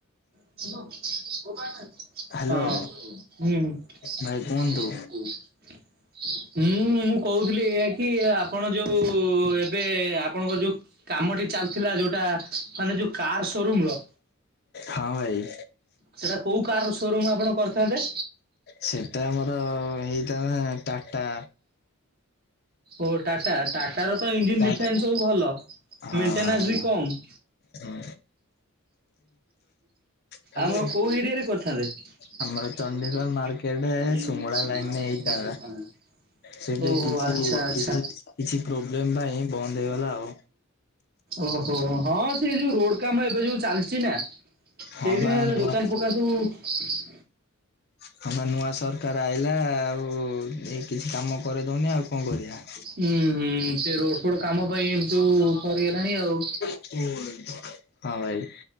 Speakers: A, on the right (about 45°); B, on the left (about 50°).
A: ହ କଣ କର
B: ହ୍ୟାଲୋ।
A: <inaudible> ହଁ,
B: ଭାଇ
A: ହୁଁ
B: କୁହନ୍ତୁ।
A: ହୁଁ! ହୁଁ ମୁଁ କହୁଥିଲି ଏଇଆ କି ଆପଣ ଯୋଉ ଏବେ ଆପଣଙ୍କ ଯୋଉ କାମଟି ଚାଲିଥିଲା ଯୋଉଟା ମାନେ ଯୋଉ କାର ସୋରୁମ ର
B: ହଁ ଭାଇ!
A: ସେଇଟା କୋଉ କାର ସୋରୁମ୍ ଆପଣ କରିଥାନ୍ତେ?
B: ସେଟା ଆମର ହେଇଥାନ୍ତା ଟାଟା
A: ଓହୋ ଟାଟା। ଟା ତାର ତ ଇଞ୍ଜିନ୍
B: ଟା
A: ଡିଫେନ୍ସ ସବୁ ଭଲ।
B: ହଁ
A: ମେଣ୍ଟେନାନ୍ସ ବି କମ୍।
B: ହଁ। ହ୍ୟାଲୋ
A: ଆମର କୋଉ ଏରିଆ ରେ କରିଥାନ୍ତେ? <unintelligible>
B: ଆମର ଚଣ୍ଡିଖୋଲ ମାର୍କେଟ ସୁମଳା ଲାଇନ ରେ ହେଇଥାନ୍ତା। ସେଠି
A: ଓହୋ।
B: କିଛି
A: ଆଚ୍ଛା ଆଚ୍ଛା।
B: କିଛି କିଛି ପ୍ରୋବ୍ଲେମ ପାଇଁ ବନ୍ଦ ହେଇଗଲା ଆଉ।
A: ଓହୋ। ହଁ ସେ ଯୋଉ ରୋଡ କାମ ଏବେ ଯୋଉ ଚାଲିଛି ନା ସେଇଥିପାଇଁ
B: ହଁ ବା ନୂଆ
A: ଦୋକାନ ଫୋକାନ ସବୁ
B: ହ ବା ନୂଆ ସରକାର ଆଇଲା ଆଉ ଏ କିଛି କାମ କରିଦଉନି ଆଉ କଣ କରିବା?
A: ହୁଁ ହୁଁ। ସେ ରୋଡ ଫୋଡ କାମ ପାଇଁ ଏମିତି ସବୁ ସରିଗଲାଣି ଆଉ।
B: ହଁ ଭାଇ।